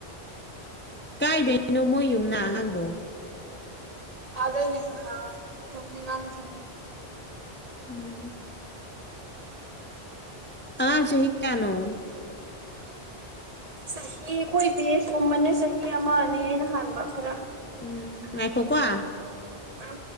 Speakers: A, on the left; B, on the right.
A: ꯀꯥꯏꯗꯅꯣ ꯃꯣꯏ ꯌꯨꯝꯅꯥ ꯑꯉꯥꯡꯗꯣ
B: ꯑꯗꯅꯦ ꯑ ꯁꯃꯦ ꯉꯅ ꯁꯦ
A: ꯎꯝ ꯑ ꯆꯍꯤ ꯍ ꯀꯩꯅꯣ
B: ꯆꯍꯤ ꯑꯩꯈꯣꯏ ꯕꯦꯁꯀꯨꯝꯕꯅꯦ ꯆꯍꯤ ꯑꯃ ꯑꯅꯤ ꯑꯩꯅ ꯍꯥꯟꯕ ꯈꯔ
A: ꯎꯝ ꯉꯥꯏ ꯐ ꯀꯋꯥ
B: ꯑ